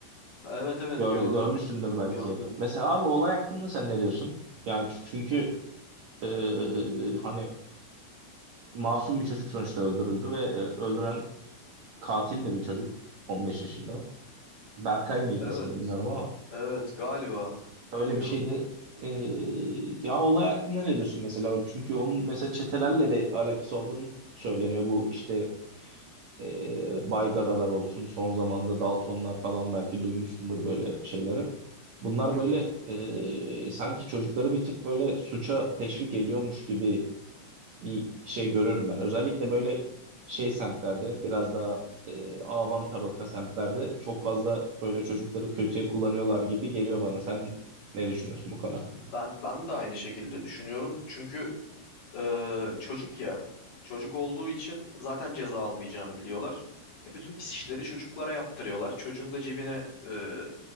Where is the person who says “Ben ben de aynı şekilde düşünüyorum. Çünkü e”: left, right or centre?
Left